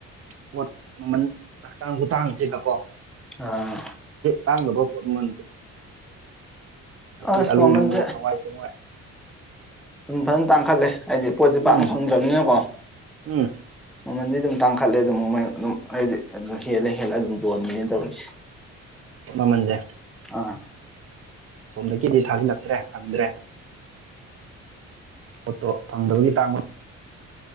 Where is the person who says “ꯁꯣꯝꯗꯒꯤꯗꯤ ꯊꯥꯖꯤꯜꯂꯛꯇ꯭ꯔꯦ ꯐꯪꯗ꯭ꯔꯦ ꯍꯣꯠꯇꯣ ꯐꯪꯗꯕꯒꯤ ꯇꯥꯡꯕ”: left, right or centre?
Right